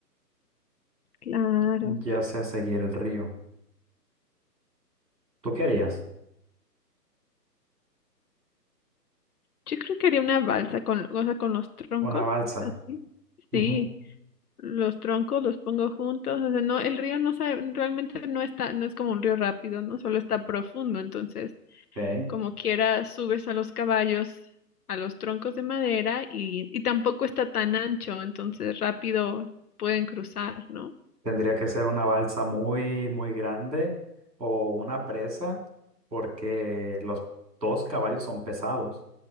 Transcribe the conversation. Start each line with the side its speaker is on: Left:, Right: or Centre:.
Left: Claro.
Right: ya sea seguir el río. ¿Tú querías
Left: Yo creo que haría una balsa con, o sea, con los troncos,
Right: una balsa?
Left: así.
Right: Ujú,
Left: Sí, los troncos los pongo juntos, o sea, no, el río no sabe, realmente no está, no es como un río rápido, ¿no? Solo está profundo, entonces,
Right: ok.
Left: como quiera, subes a los caballos, a los troncos de madera y, y tampoco está tan ancho, entonces rápido pueden cruzar, ¿no?
Right: Tendría que ser una balsa muy, muy grande o una presa porque los dos caballos son pesados.